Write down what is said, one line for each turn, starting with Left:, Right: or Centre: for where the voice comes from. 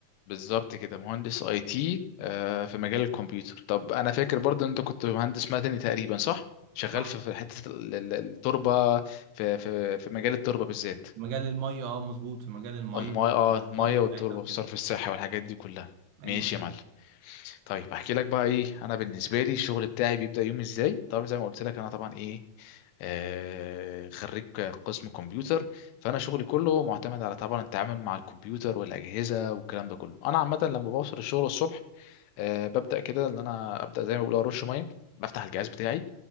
Left: بالظبط كده مهندس اي تي آه، في مجال الكمبيوتر طب انا فاكر برضو إن انت كنت مهندس مدني تقريبا صح شغال
Right: صح
Left: في في حته ال- ال- التربه في في في مجال التربه بالذات
Right: في مجال الميه اه مظبوط في مجال الميه
Left: المايه
Right: والصرف
Left: اه المايه
Right: بتاعتها
Left: والتربه والصرف
Right: وكده
Left: الصحي والحاجات دي كلها
Right: ايوه
Left: ماشي يا معلم طيب احكي لك بقى ايه انا بالنسبه لي الشغل بتاعي بيبدا يوم ازاي طب زي ما قلت لك انا طبعا ايه آه، خريج قسم كمبيوتر فانا شغلي كله معتمد على طبعا التعامل مع الكمبيوتر والاجهزه والكلام ده كله انا عامه لما بوصل الشغل الصبح آه، ببدا كده ان انا ابدا زي ما بيقولوا ارش ميه بفتح الجهاز بتاعي